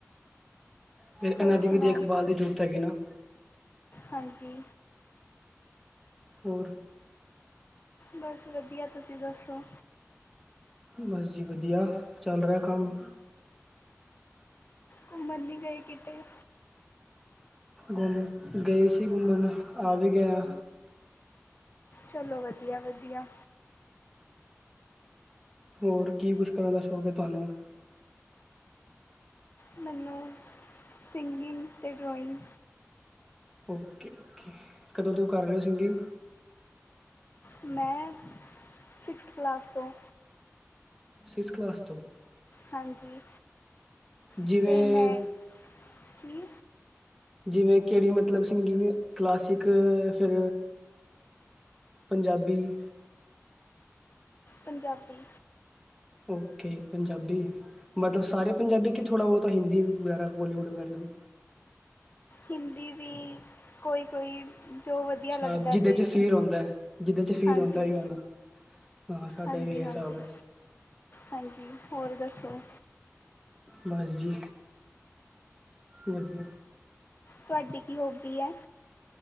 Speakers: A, in the centre; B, on the left (about 45°).
A: ਫਿਰ ਇਹਨਾਂ
B: ਹੋਰ
A: ਦੀ
B: ਸੁਣਾਓ
A: ਵੀ ਦੇਖਭਾਲ ਦੀ ਜ਼ਰੂਰਤ ਹੈਗੀ ਨਾ।
B: ਹਾਂਜੀ
A: ਹੋਰ।
B: ਬਸ ਵਧੀਆ ਤੁਸੀਂ ਦੱਸੋ?
A: ਬਸ ਜੀ ਵਧੀਆ ਚੱਲ ਰਿਹਾ ਕੰਮ।
B: ਘੁੰਮਣ ਨਹੀਂ ਗਏ ਕਿਤੇ?
A: ਘੁੰਮ ਗਏ ਸੀ ਘੁੰਮਣ ਆ ਵੀ ਗਏ ਹਾਂ।
B: ਚਲੋ ਵਧੀਆ ਵਧੀਆ।
A: ਹੋਰ ਕੀ ਕੁਛ ਕਰਨ ਦਾ ਸ਼ੌਕ ਹੈ ਤੁਹਾਨੂੰ?
B: ਮੈਨੂੰ ਸਿੰਗਿੰਗ ਅਤੇ ਡਰਾਇੰਗ।
A: ਓਕੇ ਓਕੇ ਕਦੋਂ ਤੋਂ ਕਰ ਰਹੇ ਹੋ ਸਿੰਗਿੰਗ?
B: ਮੈਂ ਸਿਕਸਥ ਕਲਾਸ ਤੋਂ।
A: ਸਿਕਸ ਕਲਾਸ ਤੋਂ?
B: ਹਾਂਜੀ।
A: ਜਿਵੇਂ
B: ਅਤੇ ਮੈਂ ਕੀ?
A: ਜਿਵੇਂ ਕਿਹੜੀ ਮਤਲਬ ਸਿੰਗਿੰਗ ਕਲਾਸਿਕ ਫਿਰ। ਪੰਜਾਬੀ।
B: ਪੰਜਾਬੀ।
A: ਓਕੇ ਪੰਜਾਬੀ ਮਤਲਬ ਸਾਰੇ ਪੰਜਾਬੀ ਕਿ ਥੋੜ੍ਹਾ ਬਹੁਤਾ ਹਿੰਦੀ ਵਗੈਰਾ ਬੋਲੀਵੁੱਡ ਵਗੈਰਾ ਨੇ।
B: ਹਿੰਦੀ ਵੀ ਕੋਈ ਕੋਈ। ਜੋ ਵਧੀਆ
A: ਅੱਛਾ
B: ਲੱਗਦਾ
A: ਜਿਹਦੇ
B: ਅਤੇ
A: 'ਚ ਫੀਲ ਹੁੰਦਾ ਜਿਹਦੇ 'ਚ ਫੀਲ
B: ਹਾਂਜੀ।
A: ਹੁੰਦਾ ਉਹੀ ਗਾਣਾ ਹਾਂ ਸਾਡਾ
B: ਹਾਂਜੀ
A: ਵੀ ਇਹ ਹਿਸਾਬ
B: ਹਾਂਜੀ
A: ਹੈ
B: ਹਾਂਜੀ ਹੋਰ ਦੱਸੋ?
A: ਬਸ ਜੀ ਵਧੀਆ।
B: ਤੁਹਾਡੀ ਕੀ ਹੋਬੀ ਹੈ।